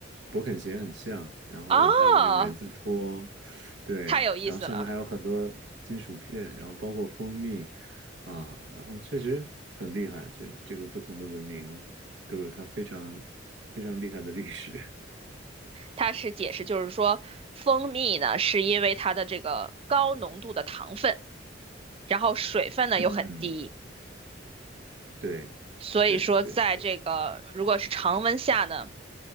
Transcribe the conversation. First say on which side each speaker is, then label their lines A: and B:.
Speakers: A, on the right; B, on the right.
A: 勃肯鞋很像，然后还有那种人字拖，
B: 哦，
A: 对，
B: 太有意思了。
A: 然后上面还有很多金属片，然后包括蜂蜜啊，然后确实很厉害，就是这个不同的文明都有它非常非常厉害的历史，<laughs>
B: 它是解释就是说，蜂蜜呢是因为它的这个高浓度的糖分，然后水分呢又很低，
A: 嗯对，
B: 所以说在这个如果是常温下呢，
A: 对对对，